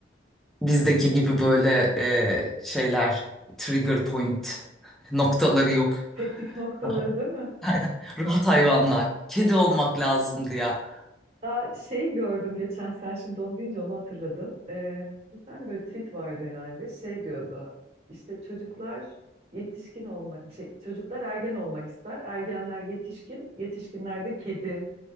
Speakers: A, in the centre; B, on the right.
A: bizdeki gibi böyle e, şeyler, trigger point noktaları yok.
B: Tetik noktaları
A: Rahat,
B: değil mi?
A: <laughs> Rahat hayvanlar. Kedi olmak lazımdı ya.
B: Ya şey gördüm geçen sen şimdi onu deyince onu hatırladım. Ee, bir tane böyle tweet vardı herhalde. Şey diyordu. İşte çocuklar yetişkin olmak, şey çocuklar ergen olmak ister. Ergenler yetişkin, yetişkinler de kedi.